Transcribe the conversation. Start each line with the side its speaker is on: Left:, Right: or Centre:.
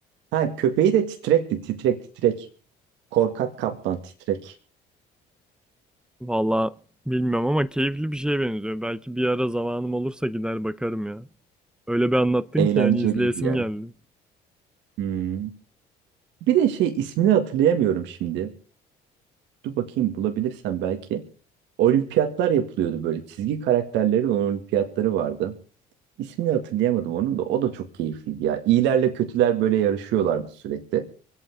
Right: Ha, köpeği de titrekti, titrek, titrek. Korkak kaplan titrek.
Centre: Valla bilmiyorum ama keyifli bir şeye benziyor. Belki bir ara zamanım olursa gider bakarım ya. Öyle bir anlattın
Right: Eğlenceliydi
Centre: ki yani izleyesim
Right: ya.
Centre: geldi.
Right: Hmm. Bir de şey ismini hatırlayamıyorum şimdi. Dur bakayım bulabilirsem belki. Olimpiyatlar yapılıyordu böyle. Çizgi karakterlerin olimpiyatları vardı. İsmini hatırlayamadım onun da. O da çok keyifliydi ya. İyilerle kötüler böyle yarışıyorlardı sürekli.